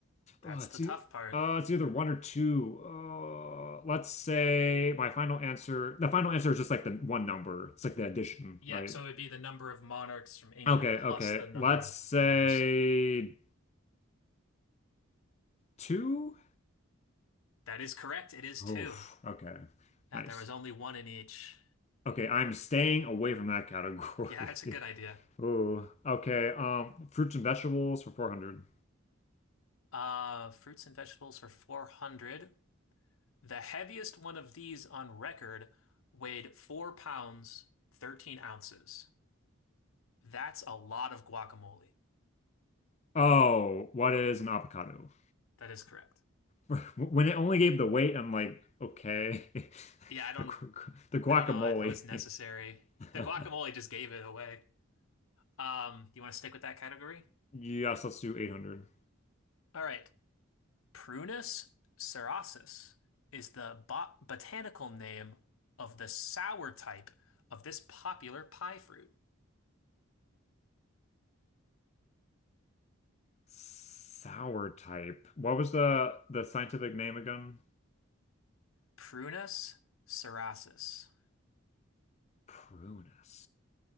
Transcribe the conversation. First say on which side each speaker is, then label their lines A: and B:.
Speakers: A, on the left; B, on the left.
A: That's
B: Uh, it's
A: the tough
B: e-
A: part.
B: uh, it's either one or two. Uh, let's say my final answer. The final answer is just like the one number. It's like the addition,
A: Yeah,
B: right?
A: so it would be the number of monarchs from England
B: Okay,
A: plus
B: okay.
A: the number
B: Let's
A: of
B: say
A: premieres.
B: two.
A: That is correct. It is
B: Oh,
A: two.
B: Okay.
A: That
B: Nice.
A: there was only one in each.
B: Okay, I'm staying away from that category.
A: Yeah, that's a
B: <laughs>
A: good idea.
B: Oh, okay. Um, fruits and vegetables for 400.
A: Uh, fruits and vegetables for 400. The heaviest one of these on record weighed four pounds, 13 ounces. That's a lot of guacamole.
B: Oh, what is an avocado?
A: That is correct.
B: <laughs> When it only gave the weight, I'm like, okay. <laughs>
A: Yeah, I don't,
B: The the guacamole.
A: I don't know why that was necessary.
B: <laughs>
A: The guacamole just gave it away. Um, do you want to stick with that category?
B: Yes, let's do 800.
A: All right. Prunus cerasus is the bot botanical name of the sour type of this popular pie fruit.
B: Sour type. What was the the scientific name again?
A: Prunus cerasus.
B: Prunus.